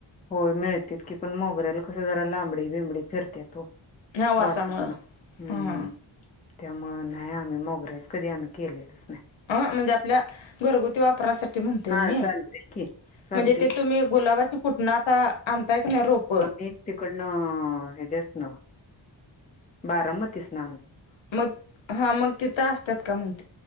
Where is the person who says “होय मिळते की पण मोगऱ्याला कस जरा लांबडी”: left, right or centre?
Left